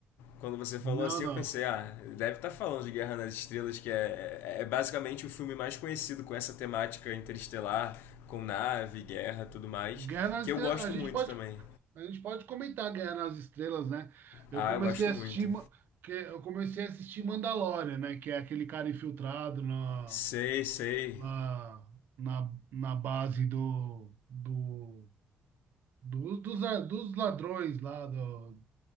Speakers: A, on the left (about 80°); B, on the right (about 70°).
A: Quando você falou
B: Não,
A: assim,
B: não.
A: eu pensei, ah, deve estar falando de Guerra nas Estrelas, que é, é, é basicamente o filme mais conhecido com essa temática interestelar, com nave, guerra, tudo mais,
B: Guerra nas
A: que
B: Estrelas,
A: eu gosto
B: a gente
A: muito
B: pode,
A: também.
B: a gente pode comentar Guerra nas Estrelas, né? Eu
A: Ah,
B: comecei
A: eu gosto
B: a
A: muito.
B: assistir, Ma- que eu comecei a assistir Mandalorian, né? Que é aquele cara infiltrado na,
A: Sei, sei.
B: na, na, na base do, do, do- dos, a- dos ladrões lá do,